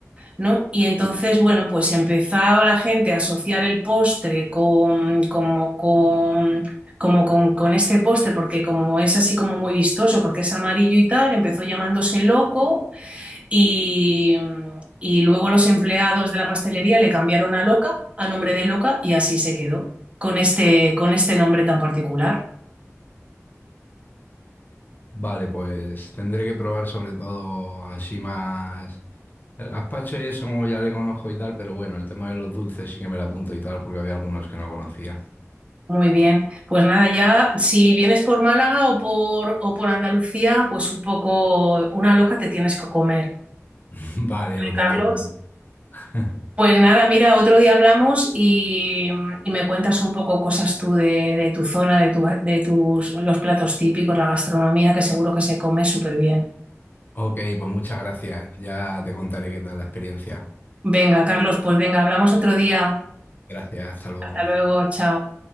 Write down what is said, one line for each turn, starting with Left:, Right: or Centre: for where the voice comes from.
Right: ¿no? Y entonces, bueno, pues empezaba la gente a asociar el postre con, como con, como con, con este postre, porque como es así como muy vistoso, porque es amarillo y tal, empezó llamándose loco y, y luego los empleados de la pastelería le cambiaron a loca, a nombre de loca, y así se quedó, con este, con este nombre tan particular.
Left: Vale, pues tendré que probar sobre todo así más. El gazpacho y eso como ya le conozco y tal, pero bueno, el tema de los dulces sí que me lo apunto y tal, porque había algunos que no conocía.
Right: Muy bien, pues nada, ya si vienes por Málaga o por, o por Andalucía, pues un poco una loca te tienes que comer.
Left: <laughs> Vale, lo tendré
Right: Carlos.
Left: en cuenta. <laughs>
Right: Pues nada, mira, otro día hablamos y, y me cuentas un poco cosas tú de, de tu zona, de, tu, de tus, los platos típicos, la gastronomía, que seguro que se come súper bien.
Left: Ok, pues muchas gracias. Ya te contaré qué tal la experiencia.
Right: Venga, Carlos, pues venga, hablamos otro día.
Left: Gracias, hasta luego.
Right: Hasta luego, chao.